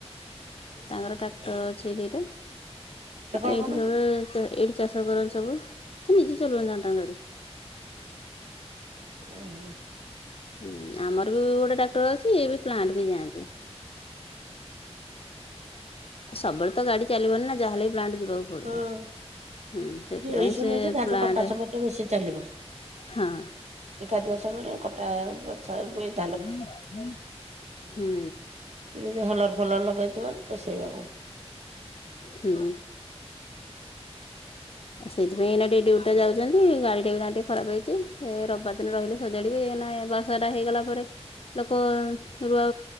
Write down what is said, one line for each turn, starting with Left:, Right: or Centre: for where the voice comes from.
Left: ତାଙ୍କର ଟ୍ରାକ୍ଟର ଅଛି ଦିଟା
Right: ସେ
Left: ଆଉ
Right: କଣ
Left: ଏଇଠି
Right: କରନ୍ତି
Left: ସବୁ ଚ ଏଇଠି ଚାଷ କରନ୍ତି ସବୁ ସେ ନିଜେ ଚଲଉ ନାହାନ୍ତି ତାଙ୍କ ଗାଡି।
Right: ଓହୋ।
Left: ହୁଁ ଆମର ବି ଗୋଟେ ଟାକ୍ଟର ଅଛି ଇଏ ବି ପ୍ଲାଣ୍ଟ ବି ଯାଆନ୍ତି। ଆଉ ସବୁବେଳେ ତ ଗାଡି ଚାଲିବନି ନା ଯାହା ହେଲେ ବି ପ୍ଲାଣ୍ଟ ଯିବାକୁ ପଡିବ
Right: ହଁ
Left: ହୁଁ ସେଥିପାଇଁ
Right: ଏଇ ସମୟରେ
Left: ସିଏ
Right: ଧାନ
Left: ପ୍ଲାଣ୍ଟ
Right: କଟା ସମୟ ଟା ବେଶୀ ଚାଲିବ
Left: ହଁ।
Right: ଏ କାଦୁଆ ସମୟରେ କଟା ବଛା ବ ଏ
Left: ହୁଁ ହୁଁ ହୁଁ।
Right: ସେ ଯଦି ହଲର୍ ଫଲର୍ ଲଗାଇଥିବ ପଷେଇବାକୁ।
Left: ହୁଁ। ଆଉ ସେଥିାଇଁ ଟିକେ ଡିଉଟି ଟା ଯାଉଛନ୍ତି ଗାଡି ଟା ବି ତାଙ୍କର ଟିକେ ଖରାପ ହେଇଛି ରବିବାର। ଦିନ ରହିଲେ ସଜାଡ଼ିବେ ଏନା ବର୍ଷାଟା ହେଇଗଲା ପରେ ଲୋକ ରୁଆ